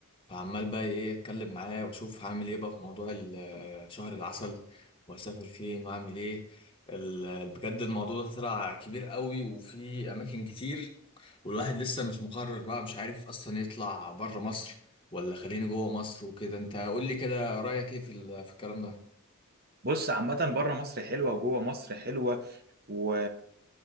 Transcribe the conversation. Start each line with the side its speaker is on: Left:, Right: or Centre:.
Left: فعمال بقى ايه اتكلم معاه واشوف هعمل ايه بقى في موضوع ال- آه، شهر العسل واسافر فين واعمل ايه ال- آه، بجد الموضوع ده طلع كبير قوي وفي اماكن كتير والواحد لسه مش مقرر بقى مش عارف اصلا يطلع بره مصر ولا خليني جوه مصر وكده انت قول لي كده رايك ايه في ال- في الكلام ده
Right: بص عامة بره مصر حلوة وجوه مصر حلوة و...